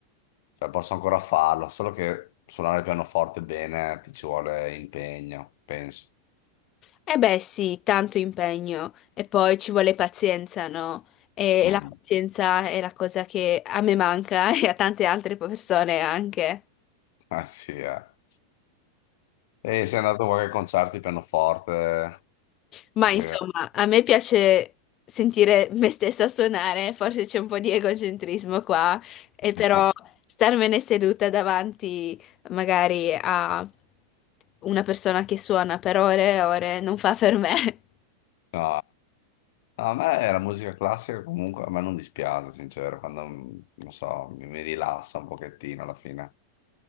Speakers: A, on the left; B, on the left.
A: Cioè, posso ancora farlo, solo che suonare il pianoforte bene ti ci vuole impegno, penso.
B: Eh beh sì, tanto impegno e poi ci vuole pazienza, no? E,
A: Mm.
B: e la pazienza è la cosa che a me manca <laughs> e a tante altre persone anche.
A: <laughs> Ah, sì, eh. E sei andato a qualche concerto di pianoforte?
B: Ma
A: Così.
B: insomma, a me piace sentire me stessa suonare, forse c'è un po' di egocentrismo qua, e
A: <laughs>
B: però starmene seduta davanti magari a una persona che suona per ore e ore non fa per me. <laughs>
A: No, no, a me la musica classica comunque a me non dispiace, sincero, quando mm, non so, mi, mi rilassa un pochettino alla fine.